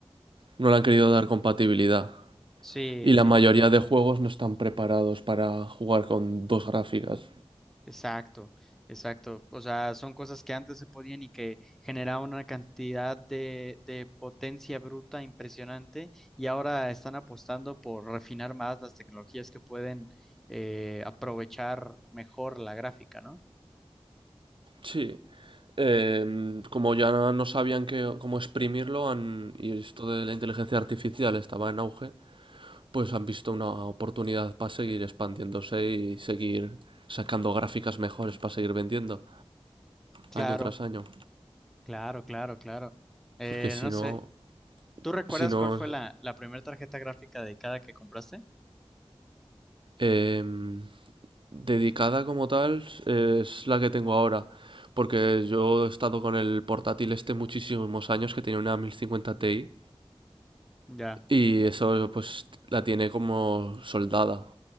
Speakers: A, on the right; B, in the centre.
A: no le han querido dar compatibilidad.
B: Sí,
A: Y
B: sí.
A: la mayoría de juegos no están preparados para jugar con dos gráficas.
B: Exacto, exacto. O sea, son cosas que antes se podían y que generaban una cantidad de, de potencia bruta impresionante y ahora están apostando por refinar más las tecnologías que pueden eh, aprovechar mejor la gráfica, ¿no?
A: Sí, Eh, como ya no sabían que, cómo exprimirlo han- y esto de la inteligencia artificial estaba en auge, pues han visto una oportunidad para seguir expandiéndose y seguir sacando gráficas mejores para seguir vendiendo
B: Claro,
A: año tras año.
B: claro, claro, claro. Eh,
A: Porque si
B: no
A: no,
B: sé, ¿tú recuerdas
A: si no,
B: cuál fue la, la primera tarjeta gráfica dedicada que compraste?
A: em, dedicada como tal es la que tengo ahora. Porque yo he estado con el portátil este muchísimos años que tiene una mil cincuenta Ti
B: Ya.
A: y eso pues la tiene como soldada.